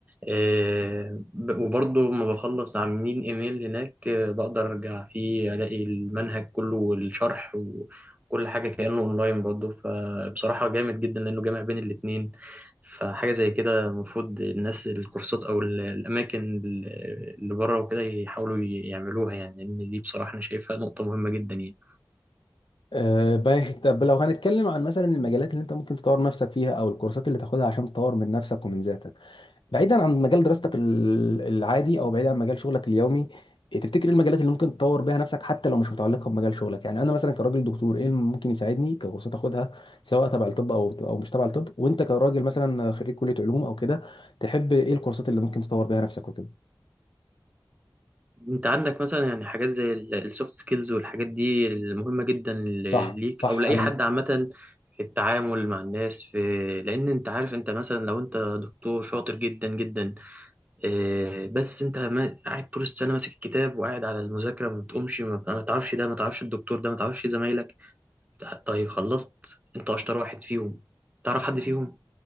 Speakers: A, on the right (about 20°); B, on the left (about 85°).
A: آه، ب- وبرضه لما بخلص عاملين ايميل هناك آه، بقدر ارجع فيه الاقي المنهج كله والشرح كل حاجة كأنه اونلاين برضه فبصراحة جامد جدا لأنه جامع بين الاتنين فحاجة زي كده المفروض الناس الكورسات أو ال- الأماكن ال- اللي بره وكده يحاولوا ي- يعملوها يعني لأن دي بصراحة أنا شايفها نقطة مهمة جدا يعني
B: آه، باي- طب لو هنتكلم عن مثلا المجالات اللي انت ممكن تطور نفسك فيها او الكورسات اللي تاخدها عشان تطور من نفسك ومن ذاتك بعيدا عن مجال دراستك ال- العادي او بعيدا عن مجال شغلك اليومي إيه تفتكر ايه المجالات اللي ممكن تطور بيها نفسك حتى لو مش متعلقه بمجال شغلك يعني انا مثلا كراجل دكتور ايه اللي ممكن يساعدني ككورسات اخدها سواء تبع الطب او او مش تبع الطب وانت كراجل مثلا خريج كليه علوم او كده تحب ايه الكورسات اللي ممكن تطور بيها نفسك وكده
A: أنت عندك مثلا يعني حاجات زي السوفت سكيلز والحاجات دي المهمة جدا ل-
B: صح
A: ليك
B: صح
A: أو لأي
B: انا
A: حد عامة في التعامل مع الناس في لأن أنت عارف أنت مثلا لو أنت دكتور شاطر جدا جدا آه، بس انت ما- قاعد طول السنه ماسك الكتاب وقاعد على المذاكره ما بتقومش ما ما تعرفش ده ما تعرفش الدكتور ده ما تعرفش زمايلك طيب خلصت انت اشطر واحد فيهم تعرف حد فيهم